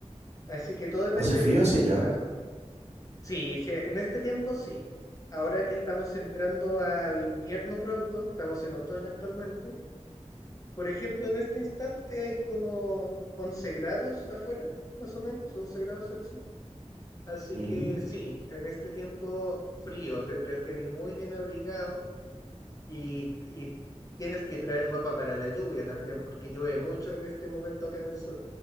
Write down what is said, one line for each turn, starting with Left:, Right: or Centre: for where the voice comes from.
Left: Así que todo depende
Right: ¿Hace frío
Left: de tu gusto,
Right: hacia allá?
Left: la verdad. Sí, sí, en este tiempo sí. Ahora que estamos entrando a invierno pronto, estamos en otoño actualmente. Por ejemplo, en este instante hay como 11 grados afuera, más o menos, 11 grados Celsius. Así
Right: Ujú.
Left: que sí, en este tiempo frío tendrías que venir muy bien abrigado y, y tienes que traer ropa para la lluvia también, porque llueve mucho en este momento acá en el sur.